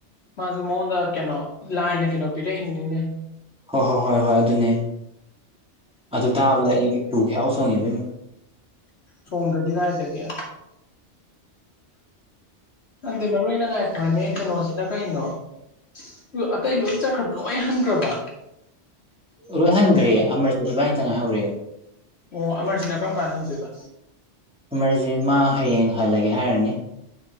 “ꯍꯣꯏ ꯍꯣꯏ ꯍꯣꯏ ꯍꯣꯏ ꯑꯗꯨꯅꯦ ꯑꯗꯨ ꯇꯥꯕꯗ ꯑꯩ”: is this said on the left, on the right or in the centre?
Centre